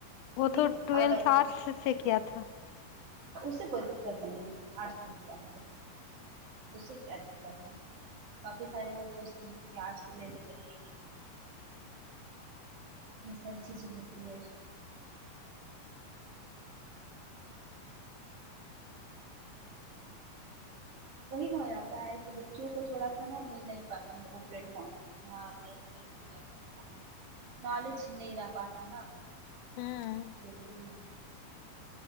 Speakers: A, on the left; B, on the right.
A: وہ
B: ٹھیک
A: تو ٹویلتھ
B: اور بھائی
A: آرٹس سے کیا تھا
B: اس سے کوئی دقت نہیں ہے آرٹ سے کیا ہے تو اس سے کیا دقت ہے کافی سارے لوگ سوچتے ہیں کہ آرٹ سے لے لیتے ہیں جی یہ ساری چیزیں ہوتی ہے وہی نہ ہو جاتا ہے کہ بچوں کو تھوڑا سا نا مل نہیں پاتا ہے وہ پلیٹ فارم ہاں کیسے کیسے کیا کرنا ہے نالج نہیں رہ پاتا نا
A: ہوں
B: بالکل